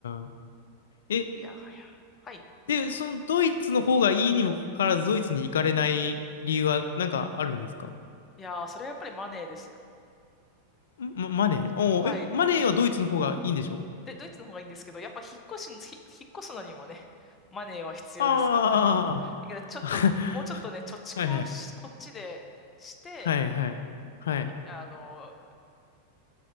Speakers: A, on the left; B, on the left.
A: ん。え、
B: いや、はや。はい。
A: で、そのドイツの方がいいにもかかわらず、ドイツに行かれない理由はなんかあるんですか
B: いやー、それはやっぱりマネーですよ。
A: んま、マネー。おーえ、
B: はい。
A: マネーはドイツの方がいいんでしょ
B: い、で、ドイツの方がいいんですけど、やっぱ引っ越し、ひ引っ越すのにもね、マネーは必要ですからね。
A: あ
B: だけど、ちょっと、
A: あー。
B: もうちょっとね、貯蓄をしこっちでして、
A: <laughs> はいはい。はいはい。はい。
B: あの、